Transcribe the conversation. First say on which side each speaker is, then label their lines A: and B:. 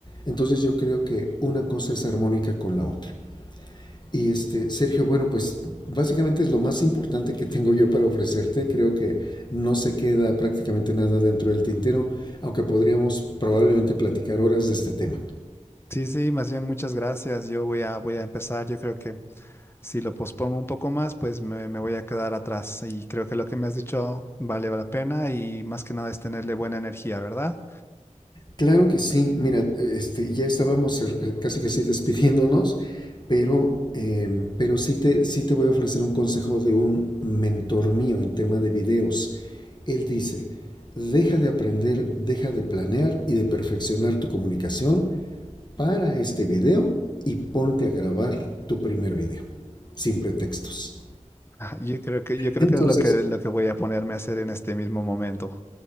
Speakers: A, on the left; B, on the left.
A: Entonces yo creo que una cosa es armónica con la otra. Y este, Sergio, bueno, pues básicamente es lo más importante que tengo yo para ofrecerte. Creo que no se queda prácticamente nada dentro del tintero, aunque podríamos probablemente platicar horas de este tema.
B: Sí, sí, más bien muchas gracias. Yo voy a, voy a empezar. Yo creo que si lo pospongo un poco más, pues me, me voy a quedar atrás. Y creo que lo que me has dicho vale la pena y más que nada es tenerle buena energía, ¿verdad?
A: Claro que sí, mira, este, ya estábamos eh, casi casi despidiéndonos, pero, eh, pero sí te, sí te voy a ofrecer un consejo de un mentor mío en tema de videos. Él dice, deja de aprender, deja de planear y de perfeccionar tu comunicación para este video y ponte a grabar tu primer video, sin pretextos.
B: Ah, Yo creo que, yo creo
A: Entonces,
B: que es lo que, lo que voy a ponerme a hacer en este mismo momento.